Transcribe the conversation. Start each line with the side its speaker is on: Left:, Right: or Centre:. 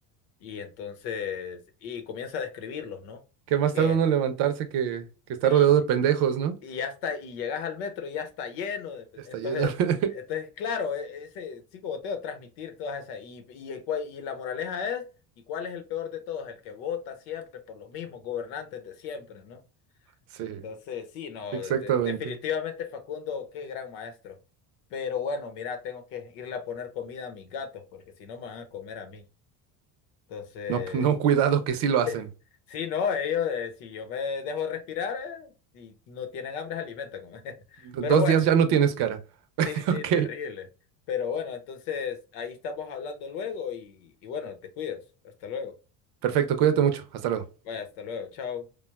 Left: y entonces, y comienza a describirlos, ¿no?
Right: Que más
Left: Que
Right: tarde uno en levantarse que, que está
Left: sí,
Right: rodeado de pendejos, ¿no?
Left: y ya está, y llegas al metro y ya está lleno. de-
Right: Está
Left: Entonces,
Right: lleno. <laughs>
Left: entonces claro, e- ese psicoboteo, transmitir todas esas. Y, y, el cua- y la moraleja es, ¿y cuál es el peor de todos? El que vota siempre por los mismos gobernantes de siempre, ¿no?
Right: Sí,
Left: Entonces, sí, no,
Right: exactamente.
Left: de- definitivamente Facundo, qué gran maestro. Pero bueno, mira, tengo que irle a poner comida a mis gatos, porque si no me van a comer a mí. Entonces,
Right: No, no, cuidado que sí lo hacen.
Left: <laughs> sí, no, ellos, eh, si yo me dejo respirar, eh, y no tienen hambre, se alimentan. <laughs>
Right: Dos
Left: Pero bueno.
Right: días ya no tienes cara.
Left: Sí,
Right: <laughs>
Left: sí,
Right: Ok,
Left: terrible. Pero bueno, entonces ahí estamos hablando luego y, y bueno, te cuidas. Hasta luego.
Right: perfecto, cuídate mucho. Hasta luego.
Left: Vaya, hasta luego. Chao.